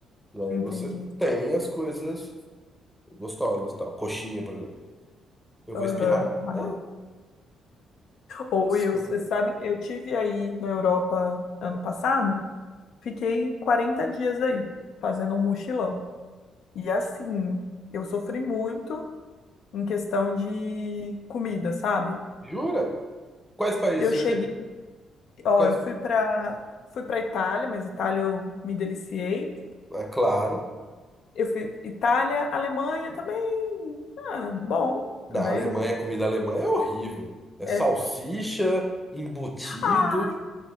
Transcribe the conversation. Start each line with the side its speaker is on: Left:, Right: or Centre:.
Centre: E aí
Left: entendi.
Centre: você tem as coisas gostosas, tal. Coxinha, por exemplo. Eu
Left: Aham.
Centre: vou espirrar.
Left: ah.
Centre: Ah,
Left: Ô,
Centre: desculpa.
Left: Will, você sabe, eu tive aí na Europa ano passado, fiquei 40 dias aí, fazendo um mochilão. E assim, eu sofri muito em questão de comida, sabe?
Centre: Jura? Quais países
Left: Eu
Centre: você
Left: cheguei
Centre: vê?
Left: Ó,
Centre: Quais...
Left: eu fui para fui para Itália, mas Itália eu me deliciei.
Centre: É claro,
Left: Eu fui Itália, Alemanha também. Ah, bom também.
Centre: na Alemanha, a comida alemã é horrível. É salsicha,
Left: É.
Centre: embutido.
Left: Ah,